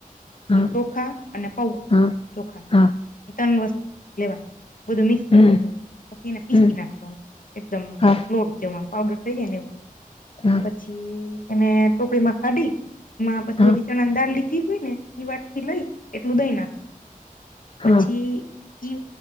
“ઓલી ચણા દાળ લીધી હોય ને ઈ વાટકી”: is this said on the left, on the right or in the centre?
Left